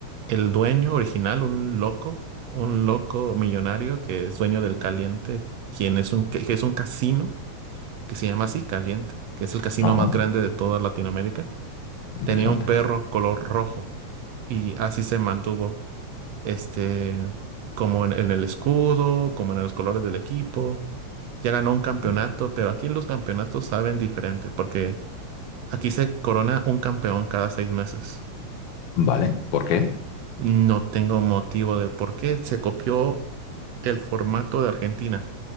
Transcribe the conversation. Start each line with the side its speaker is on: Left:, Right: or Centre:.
Right: el dueño original, un loco, un loco millonario que es dueño del Caliente, quien es un, que que es un casino que se llama así, Caliente, que es el casino
Left: ajá.
Right: más grande de toda Latinoamérica,
Left: Interesante.
Right: tenía un perro color rojo y así se mantuvo este como en, en el escudo, como en los colores del equipo. Ya ganó un campeonato,
Left: Mm.
Right: pero aquí en los campeonatos saben diferente, porque Aquí se corona un campeón cada seis meses.
Left: Vale, ¿por qué?
Right: No tengo motivo del por qué. Se copió el formato de Argentina.